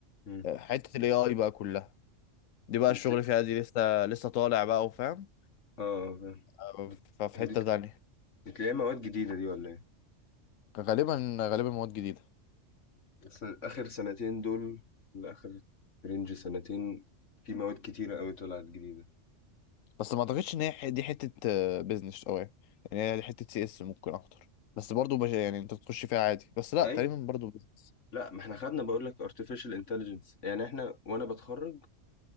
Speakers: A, on the left; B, on the left.
A: امم
B: آه، حتة الاي اي بقى كلها دي بقى
A: دي
B: الشغل
A: تل...
B: فيها دي لسه لسه طالع بقى وفاهم
A: اه آه، فاهم
B: آه،
A: دي-
B: ففي
A: هي
B: حتة
A: دي
B: تانية
A: دي تلاقيها مواد جديدة دي ولا ايه؟
B: غالبا غالبا مواد جديدة
A: بس آخر سنتين دول لآخر رينج سنتين في مواد كتيرة قوي طلعت جديدة
B: بس ما اعتقدش ان هي ح- دي حتة بزنس قوي يعني هي حتة سي اس ممكن اكتر بس برضو بش... يعني انت بتخش فيها عادي بس لا
A: ايوه
B: تقريبا برضو business.
A: لا ما احنا خدنا بقول لك artificial intelligence يعني احنا وانا بتخرج